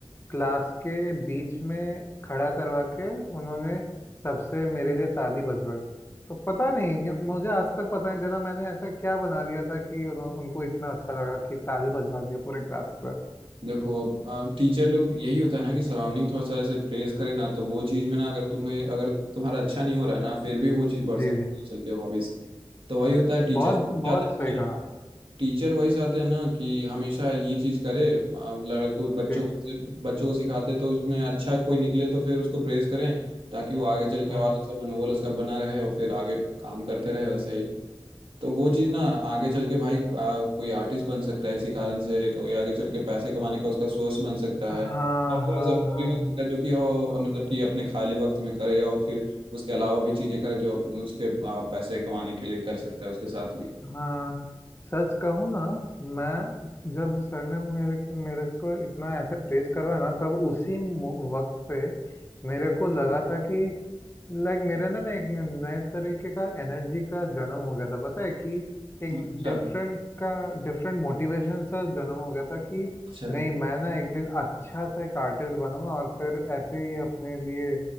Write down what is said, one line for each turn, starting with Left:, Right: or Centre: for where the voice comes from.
Left: क्लास के बीच में खड़ा करवा के उन्होंने सबसे मेरे लिए ताली बजवाई तो पता नहीं मुझे आज तक पता नहीं चला मैंने ऐसा क्या बना दिया था कि उन्हों- उनको इतना अच्छा लगा कि ताली बजवा दिया पूरे क्लास से
Right: देखो अब आ, टीचर लोग यही होता है ना कि सराउंडिंग थोड़ा सा ऐसे प्रेस करे ना तो वो चीज में ना अगर तुम्हें अगर तुम्हारा अच्छा नहीं हो रहा है ना फिर भी वो चीज बढ़
Left: जी
Right: सकती
Left: जी
Right: है चल के हॉबीज तो वही होता है टीचर
Left: बहुत
Right: चाहते
Left: बहुत
Right: हैं
Left: सही
Right: हमेशा
Left: कहा
Right: टीचर वही चाहते हैं ना कि हमेशा ये चीज करे आ, लड़कों बच्चों
Left: जी
Right: को से- बच्चों को सिखाते तो उसमें अच्छा कोई निकले तो फिर उसको प्रेज करें ताकि वो आगे चल के
Left: हम्म
Right: और अच्छा मनोबल उसका बना रहे और फिर आगे काम करते रहे वैसे ही तो वो चीज़ ना आगे चल के भाई आ, कोई आर्टिस्ट बन सकता है इसी कारण से कोई आगे चल के पैसे कमाने का उसका सोर्स बन सकता
Left: हाँ
Right: है और फिर
Left: हाँ
Right: एज हॉबी
Left: हाँ
Right: बन सकता है जो कि वो मतलब कि अपने खाली वक्त में करे और फिर उसके अलावा भी चीज़ें करे जो उसके आ, पैसे कमाने के लिए कर सकता है उसके साथ भी
Left: हाँ सच कहूँ ना मैं जब सर ने मेरे मेरे को इतना ऐसे प्रेस करवाया ना तब उसी मो- वक्त पे मेरे को लगा था कि लाइक मेरे अंदर ना एक नए तरीके का एनर्जी का जन्म हो गया था पता है कि एक
Right: अच्छा
Left: डिफरेंट का डिफरेंट मोटिवेशन सा जन्म हो गया था कि
Right: अच्छा
Left: नहीं मैं ना एक दिन अच्छा सा एक आर्टिस्ट बनूंगा और फिर ऐसे ही अपने लिए